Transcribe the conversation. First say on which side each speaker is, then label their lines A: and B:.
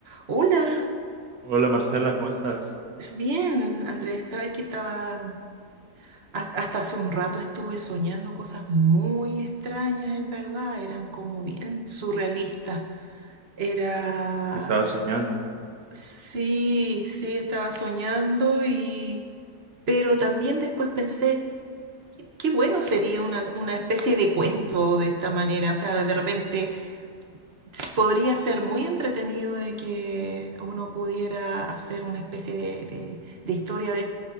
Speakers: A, on the right (about 45°); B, on the right (about 70°).
A: Hola,
B: Hola Marcela, ¿cómo estás?
A: bien, Andrés, sabes que estaba, has- hasta hace un rato estuve soñando cosas muy extrañas, en verdad, eran como bien surrealistas. Era,
B: Estaba soñando.
A: sí, sí, estaba soñando y, pero también después pensé, qué, qué bueno sería una, una especie de cuento de esta manera, o sea, de repente s- podría ser muy entretenido de que uno pudiera hacer una especie de de- de historia